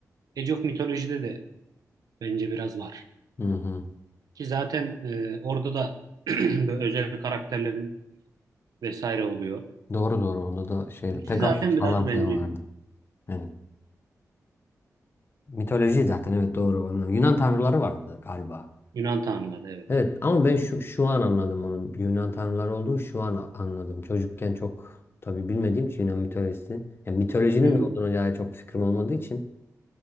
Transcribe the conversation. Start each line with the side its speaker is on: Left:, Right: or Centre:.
Right: Age of Mythology'de de bence biraz var.
Left: Hı hı.
Right: Ki zaten e, orada da <clears throat> böyle özel karakterlerin vesaire oluyor.
Left: Doğru doğru onda da şeydi.
Right: İkisi
Left: Pegasus
Right: zaten biraz
Left: falan
Right: benziyor.
Left: filan vardı. Evet. Mitoloji zaten evet doğru. Ondan. Yunan tanrıları vardı galiba.
Right: Yunan tanrıları evet.
Left: Evet ama ben şu, şu an anladım onun Yunan tanrıları olduğunu şu an a- anladım. Çocukken çok tabii bilmediğim için Yunan mitolojisini. Yani mitolojinin
Right: Hı hı.
Left: ne olduğuna dair çok fikrim olmadığı için